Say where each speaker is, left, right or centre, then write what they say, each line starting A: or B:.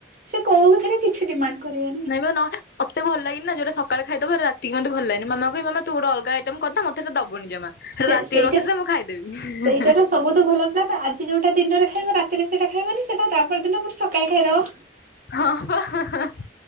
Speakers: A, on the right (about 45°); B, on the left (about 55°).
A: ସେ କୋଉଥିରେ କିଛି ଡିମାଣ୍ଡ କରିବେନି?
B: ମତେ ଭଲ ଲାଗିବନି ଯୋଉଟା ସକାଳେ ଖାଇଦେବି ରାତିକି ଖାଇବାକୁ ମତେ ଭଲ ଲାଗେନି ମାମା ତୁ ଗୋଟେ ଅଲଗା ଆଇଟମ୍ କରିଥା ମତେହେଟା ଦବନି ଜମା
A: ସେ
B: ରାତିକୁ
A: ସେଇଟା
B: ରଖିଥା ମୁଁ ଖାଇଦେବି
A: ସେଇଟାର ସବୁଠୁ ଭଲ ପା ଆଜି ଯୋଉଟା ଦିନରେ ଖାଇବ ରାତିରେ ସେଟା ଖାଇବନି ସେଟା ତାପର ଦିନ ସକାଳେ ଖାଇଦବ
B: ହଁ ହଁ।